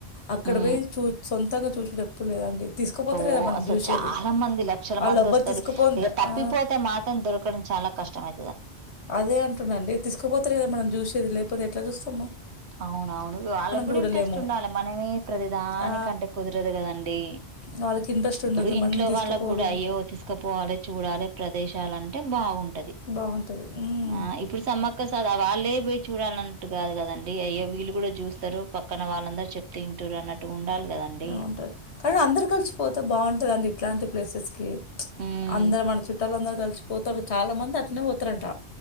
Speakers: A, on the left; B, on the right.
A: అక్కడ
B: మ్మ్
A: పోయి చూ సొం త్తంగా చూసేటప్పుడు లేదండి తీసుకుపోతారు
B: ఓ
A: కదా మనం
B: అసలు
A: చూసేది
B: చాలా మంది లక్షల
A: వాళ్ళు
B: మంది
A: ఎవ్వరు
B: వస్తారు
A: తీసుకుపో
B: ఇక తప్పిపోతే
A: ఆ,
B: మాత్రం దొరకడం చ చాలా కష్టమే
A: అదే అంటుండండి తీ సుకుపోతారు కదా మనం చూసేది లేకపోతే ఎట్లా చూస్తాం మనం
B: అవునవును వాళ్ళకి కూడా
A: చూడలేము
B: ఇంట్రెస్ట్ ఉండాలి మనమే ప్రతిదానికంటే
A: ఆ,
B: కుదరదు కదండి.
A: వాళ్ళకి ఇంట్రెస్ట్
B: ఇప్పుడు
A: ఉండదు
B: ఇంట్లో
A: మనం తీసుకుపోరు
B: వాళ్ళకి కూడా అయ్యో తీసుకుపోవాలి చూడాలి ప్రదేశ లాంటే బాగుంటది
A: బాగుంటుంది
B: ఆ ఇప్పుడు సమ్మక్క స్ వాళ్ళే పోయి చూడాలన్నట్టు కాదు కదం ఇగ అయ్యో వీళ్ళు కూడా చూస్తారు పక్కన వాళ్ళందరూ చెప్తే ఇంటారు అన్నట్టు ఉండాలి కదండి
A: వుంటది కానీ అందరు కలిసిపోతే బాగుంటదండి ఇట్లాంటి ప్లేసెస్కి
B: ఉమ్
A: అందరు మన చుట్టాల అందరూ కలిస్ పోతాడు చాలా మంది అట్నే పోతారంట